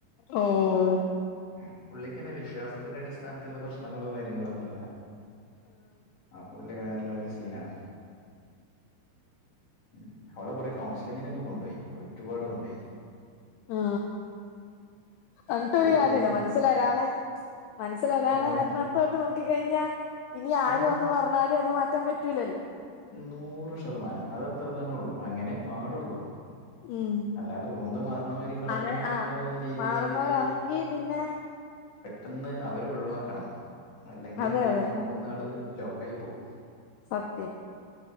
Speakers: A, on the left; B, on the left.
A: ഓ ആ
B: ഉം പുള്ളിക്ക്ന്നെ വിശ്വാസത്തിന്റെ അടിസ്ഥാനത്തിലുള്ള പ്രശ്നങ്ങളോ കാര്യങ്ങളോ ഒന്നുല്ല. ആ പുള്ളി വേറെ ലെവല് സീനാണ് മ് അവളെ കൊറേ കൗൺസിലിങ്ങിനൊക്കെ കൊണ്ടുപോയി ഒരുപാട് കൊണ്ടുപോയി
A: ആഹ എന്നിട്ടരു
B: ഒരു
A: കാര്യേല്ല
B: ഫോ
A: മനസ്സൽ ഒരാളെ മനസ്സൽ ഒരാളെ
B: അതെ
A: ആത്മാ പുറത്തോട്ട് നോക്കി കഴിഞ്ഞാൽ ഇനി ആരുവന്ന്
B: അത്
A: പറഞ്ഞാലും അത് മാറ്റാൻ പറ്റൂലല്ലോ
B: നൂറ് ശതമാനം അത് അത്ര തന്നെ ഒള്ളു അങ്ങനെ പാടുള്ളൂ
A: ഉം
B: അല്ലാത ഓന്ത് മാറണ മാരി കളർ
A: അങ്ങനെ
B: മാറുന്ന
A: ആഹ്
B: രീതിയാണെങ്കില്
A: മാറുന്നവരാണെങ്കി പിന്നെ
B: പെട്ടെന്ന് അവര് ഒഴിവാക്കണം അല്ലെങ്കിൽ
A: അതെ
B: എന്ത് ചെയ്യും
A: അതെ
B: നോ ക്കുന്നാള് ലോക്കായി പോവും.
A: സത്യം